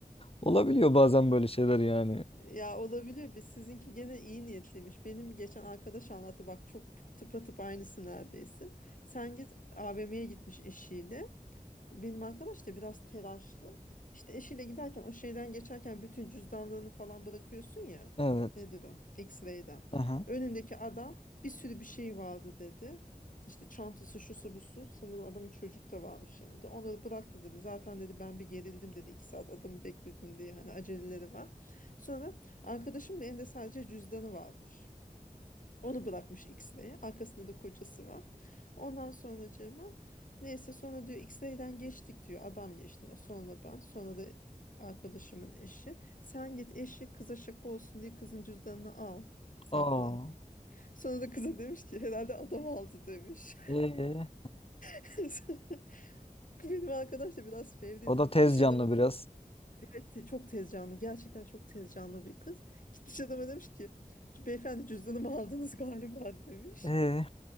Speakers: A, on the left; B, on the left.
A: olabiliyor bazen böyle şeyler yani.
B: Ya olabilir. Biz sizinki gene iyi niyetliymiş. Benim geçen arkadaş anlattı bak çok tıpatıp aynısı neredeyse. Sen git AVM'ye gitmiş eşiyle. Benim arkadaş da biraz telaşlı. İşte eşiyle giderken o şeyden geçerken bütün cüzdanlarını falan bırakıyorsun ya.
A: Evet.
B: Nedir o? X-ray'den.
A: Aha.
B: Önündeki adam bir sürü bir şey vardı dedi. İşte çantası şusu busu. Sanırım adamın çocuk da varmış yanında. Onları bıraktı dedi. Zaten dedi ben bir gerildim dedi. İki saat adamı bekledim diye. Hani aceleleri var. Sonra arkadaşımın elinde sadece cüzdanı varmış. Onu bırakmış X-Ray'e. Arkasında da kocası var. Ondan sonracığıma neyse sonra diyor X-Ray'den geçtik diyor. Adam geçti. Sonra ben. Sonra da arkadaşımın eşi. Sen git eşi kıza şaka olsun diye kızın cüzdanını al. Sakla.
A: Aa.
B: Sonra da kıza demiş ki herhalde adam aldı demiş.
A: Ee,
B: <laughs> Benim arkadaş da biraz fevridir.
A: o da
B: Gitmiş
A: tez
B: adama
A: canlı
B: demiş.
A: biraz.
B: Evet te- çok tez canlı. Gerçekten çok tez canlı bir kız. Gitmiş adama demiş ki beyefendi cüzdanımı aldınız galiba demiş.
A: Ee.